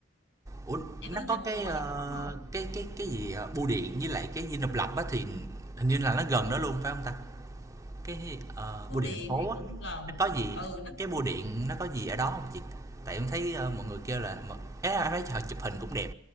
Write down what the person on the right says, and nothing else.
Ủa,
nó
có
cái ờ,
cái cái cái gì ờ, bưu điện với lại cái dinh độc lập á thì hình như là nó gần đó luôn phải không ta? Cái ờ,
bưu
điện thành phố
á
nó có gì
cái
bưu điện nó có gì ở đó không chị? Tại em thấy ờ, mọi người kêu là mà- ấy là em thấy họ chụp hình cũng đẹp